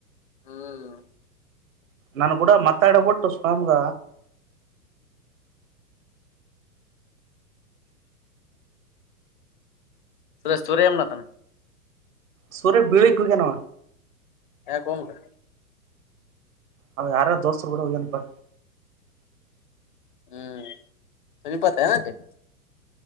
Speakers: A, on the left (about 35°); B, on the right (about 55°).
A: ಹ್ಮ್
B: ನನ್ನ ಗೂಡ ಮಾತಾಡಬಟ್ಟು ಸುಳ್ಳೇ ಮಗ,
A: <unintelligible>
B: ಸೂರ್ಯ ಬಿಳಿಗಿ ಬಿದ್ದನ್ವ,
A: ಯಾಕ್ ಕೋಮಾರಿ,
B: ಅವ ಯಾರ ದೋಸ್ತರು ಕೂಡ ಹೋಗ್ಯನಪಾ,
A: ಹ್ಮ್ ಸಮೀಪ ಆಗುತ್ತೇನ.